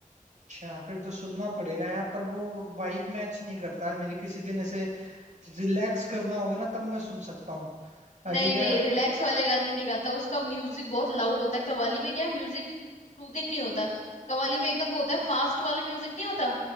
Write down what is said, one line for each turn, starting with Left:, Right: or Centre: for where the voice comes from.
Right: अच्छा फिर तो सुनना पड़ेगा यार पर वो वाइब मैच नहीं करता है मेरी किसी दिन ऐसे रिलैक्स करना होगा ना तब मैं सुन सकता हूँ बाकी
Left: नहीं
Right: क्या
Left: नहीं
Right: है-
Left: रिलैक्स वाले गाने नहीं गाता उसका म्यूजिक बहुत लाउड होता है कव्वाली में क्या म्यूजिक सूदिंग नहीं होता कव्वाली में एकदम वो होता है फास्ट वाला म्यूजिक नहीं होता